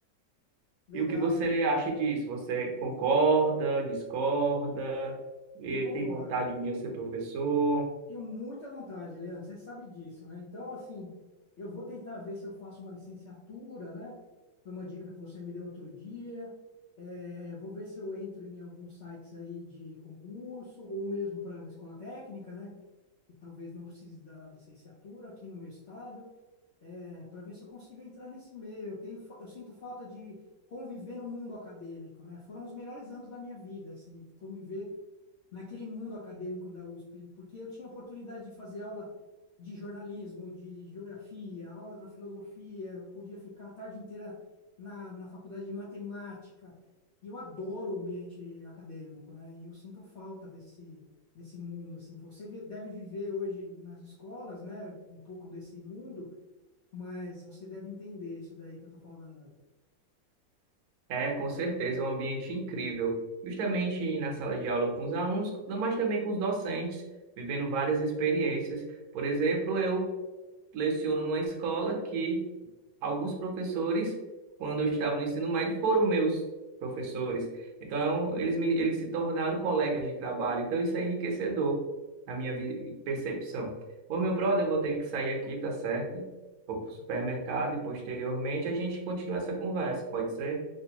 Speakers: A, on the left (about 65°); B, on the right (about 65°).
A: Legal,
B: E o que você acha disso? Você concorda, discorda, E
A: eu concordo.
B: tem vontade de um dia ser professor?
A: Tenho muita vontade, Leandro, você sabe disso, né? Então, assim, eu vou tentar ver se eu faço uma licenciatura, né? Foi uma dica que você me deu outro dia. É, vou ver se eu entro em alguns sites aí de concurso, ou mesmo para a escola técnica, né? E talvez não precise da licenciatura aqui no meu estado. para ver se eu consigo entrar nesse meio. Eu tenho, fa- eu sinto falta de conviver no mundo acadêmico, né? Foram os melhores anos da minha vida, assim, conviver naquele mundo acadêmico da USP, porque eu tinha oportunidade de fazer aula de jornalismo, de geografia, aula na filosofia, eu podia ficar a tarde inteira na, na faculdade de matemática. E eu adoro o ambiente acadêmico, né? E eu sinto falta desse desse mundo assim. Você vi- deve viver hoje nas escolas, né, um pouco desse mundo mas você deve entender isso daí que eu tô falando.
B: É, com certeza, é um ambiente incrível. Justamente na sala de aula com os alunos, mas também com os docentes, vivendo várias experiências. Por exemplo, eu leciono numa escola que alguns professores, quando eu estava no ensino médio, foram meus professores. Então, eles me, eles se tornaram colegas de trabalho. Então, isso é enriquecedor na minha vi- percepção. Ô, meu brother, eu vou ter que sair aqui, tá certo? Vou pro supermercado e posteriormente a gente continua essa conversa, pode ser?